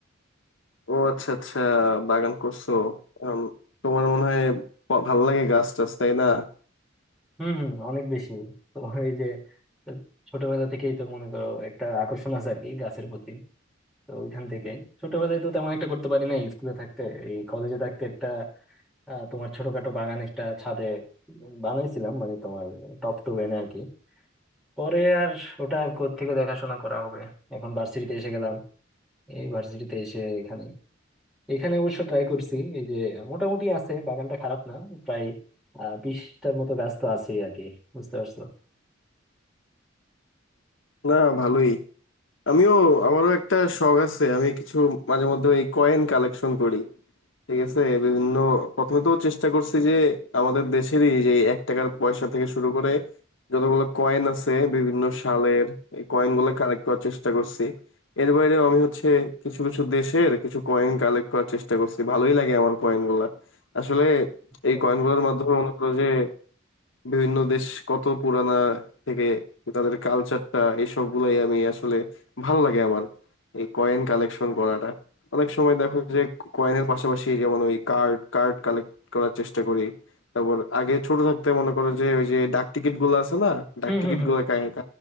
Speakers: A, on the left; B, in the centre.
A: ও আচ্ছা আচ্ছা বাগান করছো এখন তোমার মনে হয় প- ভাল লাগে গাছ টাছ তাই না
B: হুম হুম অনেক বেশি তোমার এই যে ছোটবেলা থেকেই তো মনে করো একটা আকর্ষণ আছে আর কি গাছের প্রতি তো ওইখান থেকেই ছোটবেলায় তো তেমন একটা করতে পারি না স্কুলে থাকতে এই কলেজে থাকতে একটা আহ, তোমার ছোটখাটো বাগান একটা ছাদে বানাইছিলাম মানে তোমার টপ টু এনে আর কি পরে আর ওটা আর কোত্থেকে দেখাশোনা করা হবে এখন ভার্সিটিতে এসে গেলাম এই ভার্সিটিতে এসে এখানে এখানে অবশ্য ট্রাই করছি এই যে মোটামুটি আছে বাগানটা খারাপ না প্রায় আহ বিশটার মতো গাছ তো আছেই আর কি বুঝতে পারছো
A: না ভালোই আমিও আমারও একটা শখ আছে আমি কিছু মাঝে মধ্যে এই কয়েন কালেকশন করি ঠিক আছে বিভিন্ন প্রথমে তো চেষ্টা করছি যে আমাদের দেশেরই যে এই এক টাকার পয়সা থেকে শুরু করে যতগুলো কয়েন আছে বিভিন্ন সালের এই কয়েন গুলো কালেক্ট করার চেষ্টা করছি এর বাইরেও আমি হচ্ছে কিছু কিছু দেশের কিছু কয়েন কালেক্ট করার চেষ্টা করছি ভালোই লাগে আমার কয়েন গুলা আসলে এই
B: তো
A: কয়েন গুলোর মাধ্যমে মনে করো যে বিভিন্ন দেশ কত পুরানা থেকে তাদের কালচারটা এইসব গুলাই আমি আসলে ভালো লাগে আমার এই কয়েন কালেকশন করাটা অনেক সময় দেখো যে কয়েনের পাশাপাশি যেমন ওই কার্ড কার্ড কালেক্ট করার চেষ্টা করি তারপর আগে ছোট থাকতে মনে করো যে ওই যে ডাক টিকিট গুলো আছে না ডাক
B: হুম
A: টিকিট
B: হুম হুম
A: গুলো কালেক্ট